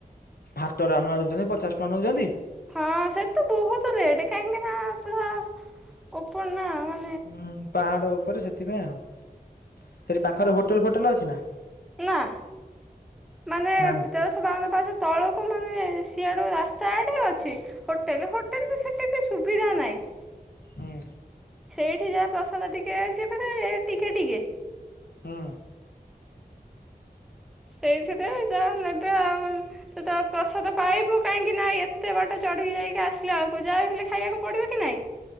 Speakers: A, on the left; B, in the centre.
A: ଭାତ ଡାଲମା ଦଉଚନ୍ତି ପଚାଶ ଟଙ୍କା ନଉଚନ୍ତି?
B: ହଁ ସେଠି ତ ବହୁତ ରେଟ କାହିଁକି ନା ପୁରା ଓପନ ନା। ମା
A: ହୁଁ ପାହାଡ଼ ଉପରେ ସେଥିପାଇଁ ଆଉ। ସେଠି ପାଖରେ ହୋଟେଲ ଫୋଟେଲ ଅଛି ନା?
B: ଆଁ ମାନେ
A: ନାହିଁ
B: ତେରଶ ବାଉନ ପାହାଚ ତଳକୁ ମାନେ ସିଆଡ଼ୁକୁ ରାସ୍ତା ଆଡ଼େ ଅଛି। ହୋଟେଲ, ହୋଟେଲ ବି ସେଠି ବି ସୁବିଧା ନାହିଁ।
A: ହୁଁ
B: ସେଇଠି ଯାହା ପ୍ରସାଦ ଟିକେ, ସିଏ ଫେରେ ଟିକେ ଟିକେ।
A: ହୁଁ
B: ଏଇଥିରେ ଯାହା ନେବେ ଆଉ ତୁ ତ ପ୍ରସାଦ ପାଇବୁ କାହିଁକି ନା ଏତେ ବାଟ ଚଢ଼ିକି ଯାଇକି ଆସିଲା ବେଳକୁ ଯାହା ହେଲେ ଖାଇବାକୁ ପଡ଼ିବ କି ନାହିଁ?